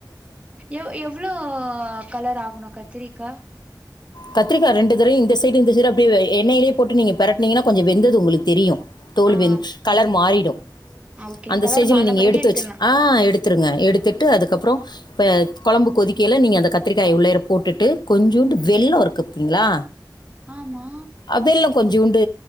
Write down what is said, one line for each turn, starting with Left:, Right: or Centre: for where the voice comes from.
Right: எவ் எவ்ளோ கலர் ஆகணு கத்திரிகா
Left: கத்திரிக்கா ரெண்டு தடையு இந்த சைடு இந்த சைடு அப்படியே எண்ணெயிலயே போட்டு நீங்க பிரட்டினீங்கன்னா கொஞ்சோ வெந்தது உங்களுக்கு தெரியு தோல்வெந்
Right: ஆ
Left: கலர் மாறிடு
Right: ஓகே
Left: அந்த
Right: கலர்
Left: ஸ்டேஜ்ல
Right: மாறுன
Left: நீங்க
Right: பிறகு
Left: எடுத்து
Right: எடுத்துட்லா
Left: வெச்ரு ஆ எடுத்துருங்க ஆ எடுத்து ட்டு அதுக்கப்புறோ இப்போ கொழம்பு கொதிக்கைல நீங்க அந்த கத்திரிக்காய உள்ளேற போட் டு கொஞ் வெல்லோ
Right: ம்
Left: இருக்கு பாத்கீங்ளா
Right: ஆமா
Left: அ வெல்லோ கொஞ் ஜூண்டு